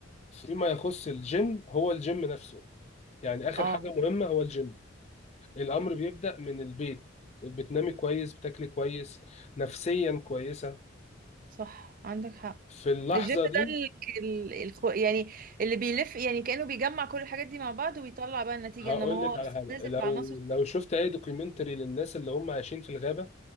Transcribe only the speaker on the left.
فيما يخص الجيم هو الجيم نفسه يعني اخر
حاجه مهمه هو الجيم الامر بيبدا من البيت بتنامي كويس بتاكلي كويس نفسيا كويسه
في اللحظه
دي
هقول
لك على
حاجه
لو
لو شفت اي دوكيومنتري للناس اللي هم عايشين في الغابه